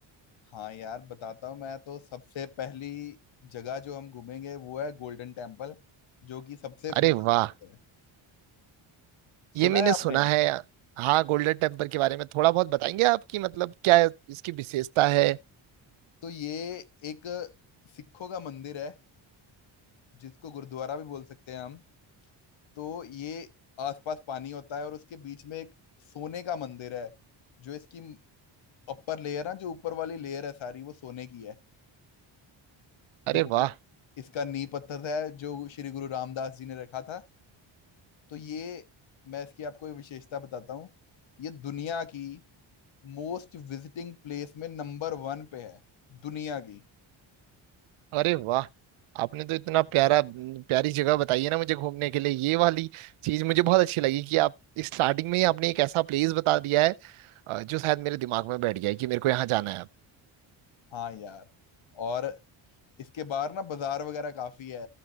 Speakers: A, on the left; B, on the right.
A: हाँ यार बताता हूँ मैं तो सबसे पहली जगह जो हम घूमेंगे वो है गोल्डन टेम्पल जो कि सबसे फेमस
B: अरे वाह
A: है
B: ये
A: सुना
B: मैंने
A: है आपने
B: सुना है हाँ गोल्डन टेम्पल के बारे में थोड़ा बहुत बताएंगे आपकी मतलब क्या इसकी विशेषता है
A: तो ये एक सिखों का मंदिर है जिसको गुरुद्वारा भी बोल सकते हैं हम तो ये आसपास पानी होता है और उसके बीच में एक सोने का मंदिर है जो इसकी अपर लेयर ना जो ऊपर वाली लेयर है सारी वो सोने की है
B: अरे
A: तो
B: वाह
A: इसका नींव पत्थर है जो श्री गुरु रामदास जी ने रखा था तो ये मैं इसकी आपको एक विशेषता बताता हूँ ये दुनिया की मोस्ट विजिटिंग प्लेस में नंबर वन पे है दुनिया की
B: अरे वाह आपने तो इतना प्यारा प्यारी जगह बताई है ना मुझे घूमने के लिए ये वाली चीज मुझे बहुत अच्छी लगी कि आप स्टार्टिंग में ही आपने एक ऐसा प्लेस बता दिया है अ, जो शायद मेरे दिमाग में बैठ गया है कि मेरे को यहाँ जाना है
A: हाँ यार और इसके बाहर ना बाजार वगैरह काफी है